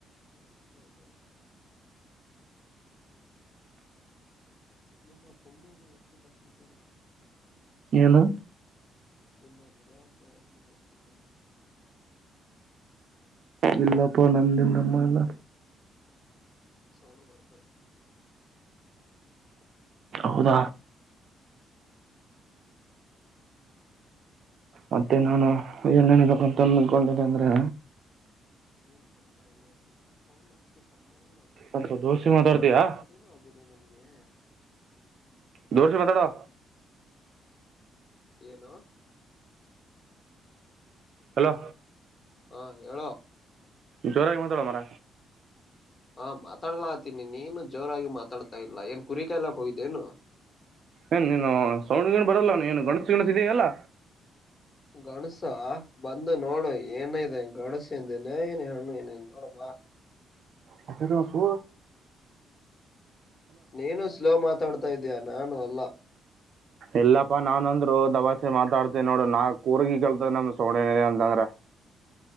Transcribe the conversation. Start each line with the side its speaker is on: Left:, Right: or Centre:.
Left: ಹೌದ ನಿಮ್ಮ ಪುಣ್ಯನ್ನು ಎಕ್ಕ ದಪ್ಪಿಕಲ್ಲ
Right: ನು
Left: ನಿನ್ನ ಹೃದಯನು ಎಷ್ಟು ದಪ್ಪಿದೆ
Right: ಇಲ್ಲಪ್ಪ ನಂದಿಂದಮ್ಮ ಎಲ್ಲ
Left: ಸೌಡ ಬರ್ತಾಯ
Right: ಹೌದ
Left: ಹ
Right: ಮತ್ತೆ ನಾನು ಏನ್ನ್ಬೇಕಂತ ಅನ್ಕೊಂಡಿದೆೆ ಅಂದ್ರೆ
Left: ಏನ್ ಮಾಡ್ತಾ ಇದೀಯಾ ನೀನು ಸೌನ್ ಚೆನ್ನಾಗಿ ಮಾತಾಡ್ತೀಟಾ
Right: ಸ್ವಲ್ಪ ದೋಸ್ತಿ ಮಾತಾಡ್ತೀಯಾ
Left: ಏನು ಆದೆ ನಿಮ್ಗೆ
Right: ದೂಷ ಬತಾಡಾ
Left: ಏನು
Right: ಹಲೋ
Left: ಹಾ ಹೇಳೋ
Right: ಜೋರಾಗಿ ಮಾತಾಡ ಮರ
Left: ಹಾ ಮಾತಾಡ್ಲಾತೀನಿ ನೀನು ಜೋರಾಗಿ ಮಾತಾಡ್ತಾ ಇಲ್ಲ ಏನ್ ಕುರಿ ಕಾಯಲಕ್ ಹೋಗಿದ್ದೇನು
Right: ಏನ್ ನೀನು ಸೌಂಡ್ ಗಂಡ್ ಬರಲ್ಲವ ಏನು ಗಣಸು ಗಣಸ ಇದಯಲ್ಲಾ
Left: ಗಣಸ ಬಂದು ನೋಡು ಏನ ಇದೆ ಗಣಸಿಂದಿನ ಏನ ಹಣ್ಣು ಏನ ನೋಡಂಬ
Right: ಅ ತಸು
Left: ನೀನು ಸ್ಲೋ ಮಾತಾಡ್ತಾ ಇದೀಯ ನಾನು ಅಲ್ಲ
Right: ಇಲ್ಲಪ್ಪಾ ನಾನನ್ ಅಂದ್ರು ದವಾಸಿ ಮಾತಾಡ್ತಿ ನೋಡ ನಾ ಕೂರ್ಗಿ ಕೇಲ್ತದ ನಮ್ದ ಸೋಣನ ಅಂತಂದ್ರ